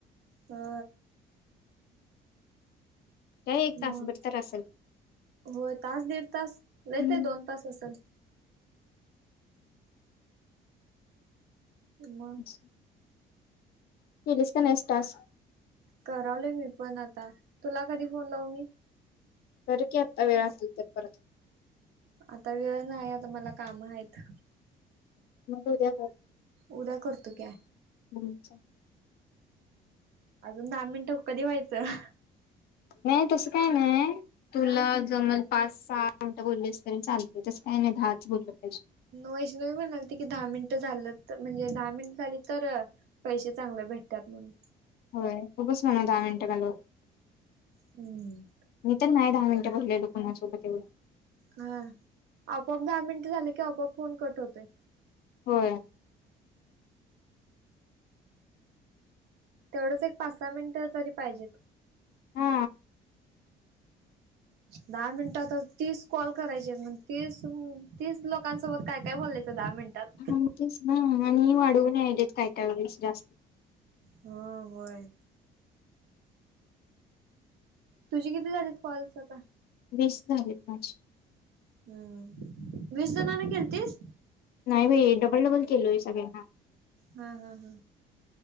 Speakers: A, on the right; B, on the left.
A: हो...
B: काय एक तासभर
A: मग
B: तर असेल
A: होय तास दीड तास लय
B: हम्म.
A: ते दोन तास असेल... मम...
B: ह... केलीस का नाही टास्क
A: करावले मी पण आता तुला कधी फोन लाऊ मी...
B: जरी की आत्ता वेळ असेल तर परत...
A: आता वेळ नाही आता मला काम आहेत...
B: म उद्या कर
A: उद्या करतो की....
B: हम्...
A: अजून दहा मिनिटं कधी व्हायचं....
B: नाही तसं काही नाही तुला...
A: हा
B: ज मल पाच सहा मिनटं बोललीस तरी चालते तसं काही नाही दहाच बोललं पाहिजे...
A: वैष्णवी म्हणालेते की दहा मिनिट झालं म्हणजे दहा मिनट झाली तर... पैसे चांगले भेटतात म्हणून....
B: होय खूपच म्हणू दहा मिनटं घालव...
A: हम्म...
B: मी तर नाही दहा मिनटं बोललेलो कुणासोबत एवढं....
A: हा आपआप दहा मिनिट झाले की आपआप फोन कट होतोय.....
B: होय....
A: तेवढंच एक पाच सहा मिनिटं तरी पाहिजेत...
B: हा
A: दहा मिनिटात तीस कॉल करायचे मग तीसतीस लोकांसोबत कायकाय बोलायचं दहा मिनिटात?
B: हां तेच ना आणि वाढवून यायलेत काय काय वेळेस जास्त
A: हां होय तुझी किती झालीत कॉल्स आता?
B: वीस झालीत माझी
A: हा वीस जणांना केलतीस?
B: नाही बाई डबल-डबल केलोय सगळ्यांना
A: हा हा हा